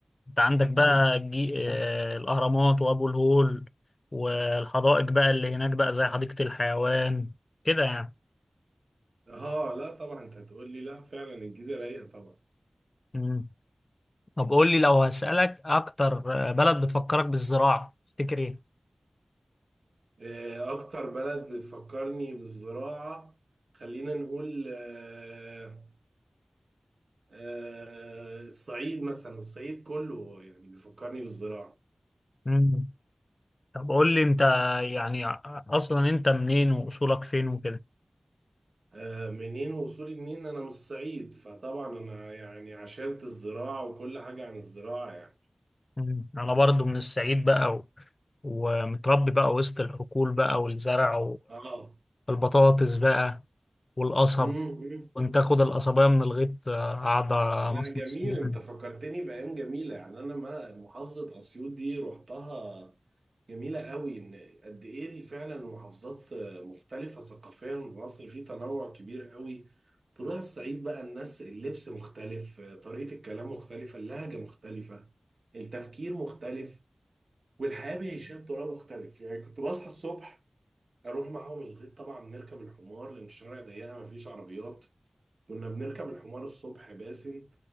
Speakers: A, on the left (about 55°); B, on the right (about 85°).
A: انت عندك بقى الجي... آه الأهرامات وأبو الهول والحدائق بقى اللي هناك بقى زي حديقة الحيوان كده يعني
B: اه لا طبعا انت هتقول لي لا فعلا الجيزه رايقه طبعا
A: مم. طب قول لي لو هسألك أكتر آه، بلد بتفكرك بالزراعة تفتكر إيه؟
B: آه، اكتر بلد بتفكرني بالزراعه خلينا نقول آه، آه، الصعيد مثلا الصعيد كله يعني بيفكرني بالزراعه
A: مم. طب قول لي أنت يعني أصلا أنت منين وأصولك فين وكده
B: آه، منين واصولي منين انا من الصعيد فطبعا انا يعني عشرت الزراعه وكل حاجه عن الزراعه يعني
A: مم. أنا برضو من الصعيد بقى و... ومتربي بقى وسط الحقول بقى والزرع
B: اه
A: والبطاطس بقى والقصب
B: امم
A: كنت اخد القصبية من الغيط آه، قاعدة
B: لا
A: مصمص
B: جميل
A: فيها
B: انت فكرتني بايام جميله يعني انا ما محافظه اسيوط دي رحتها جميله قوي ان قد ايه فعلا المحافظات مختلفه ثقافيا مصر في تنوع كبير قوي تروح الصعيد بقى الناس اللبس مختلف طريقه الكلام مختلفه اللهجه مختلفه التفكير مختلف والحياه بيعيشها بطريقه مختلف يعني كنت بصحى الصبح اروح معاهم الغيط طبعا بنركب الحمار لان الشارع ضيقه مفيش عربيات كنا بنركب الحمار الصبح باسم